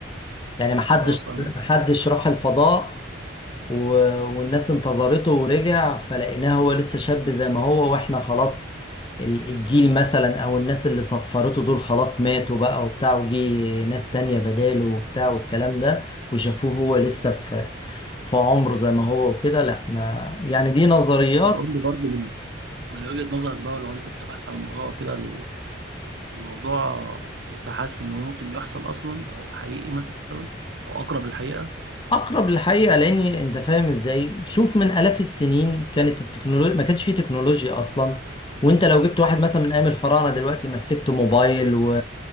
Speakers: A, on the left (about 25°); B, on the right (about 65°).
A: يعني ما حدش
B: اه فاهمك
A: ما حدش راح الفضاء و... والناس انتظرته ورجع فلقيناه هو لسه شاب زي ما هو واحنا خلاص ال- الجيل مثلا او الناس اللي صفرته دول خلاص ماتوا بقى وبتاع وجي ناس تانية بداله وبتاع والكلام ده وشافوه هو لسه في في عمره زي ما هو وكده لا ما يعني دي نظريات
B: طب قول لي برضه من من وجهة نظرك بقى لو انت بتبحث عن الموضوع كده ال- الموضوع انت حاسس انه ممكن يحصل اصلا او حقيقي مثلا او اقرب للحقيقة
A: اقرب للحقيقه لان انت فاهم ازاي شوف من الاف السنين كانت التكنولوجيا ما كانش فيه تكنولوجيا اصلا وانت لو جبت واحد مثلا من ايام الفراعنه دلوقتي مسكته موبايل و...